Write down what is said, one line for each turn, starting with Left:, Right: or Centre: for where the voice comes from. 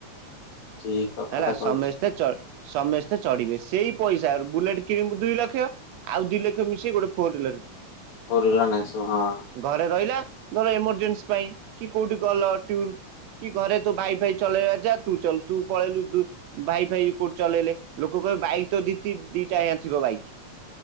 Left: ଠିକ କଥାଟା
Right: ହେଲା
Left: କହିଛୁ।
Right: ସମସ୍ତେ ଚ ସମସ୍ତେ ଚଢିବେ ସେଇ ପଇସାର ବୁଲେଟ୍ କିଣିବୁ ଦୁଇ ଲକ୍ଷ। ଆଉ ଦି ଲକ୍ଷ ମିଶି ଗୋଟେ ଫୋର ହ୍ଵିଲର।
Left: ଫୋର ହ୍ବିଲର ନେଇଆସିବୁ ହଁ।
Right: ଘରେ ରହିଲା। ଧର ଏମରଜେନ୍ସି ପାଇଁ କି କୋଉଠି ଗଲ ଟୁର। କି ଘରେ ତୋ ଭାଇ ଫାଇ ଚଲେଇବା ଯା ତୁ ଚଲ୍ ତୁ ପଳେଇଲୁ ତୁ। ଭାଇ ଫାଇ କୋଉଠି ଚଲେଇଲେ ଲୋକ କହିବେ ବାଇକ୍ ତ ଦି ତି ଦିଇଟା ଆଜ୍ଞା ଥିବ ବାଇକ୍।